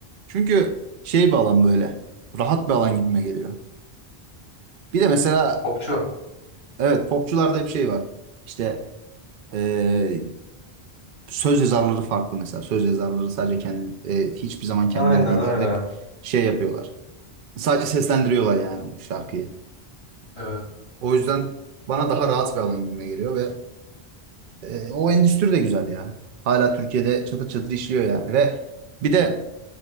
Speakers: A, on the right; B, on the left.
A: Çünkü şey bir alan böyle. Rahat bir alan gibime geliyor. Bir de mesela
B: Popçu.
A: evet popçularda hep şey var. İşte e, söz yazarları farklı mesela. Söz yazarları sadece kendi e, hiçbir zaman kendileri
B: Aynen
A: değiller.
B: öyle.
A: Hep şey yapıyorlar. Sadece seslendiriyorlar yani o şarkıyı.
B: Evet.
A: O yüzden bana daha rahat bir alan gibime geliyor ve e, o endüstri de güzel ya. Hala Türkiye'de çatır çatır işliyor yani ve bir de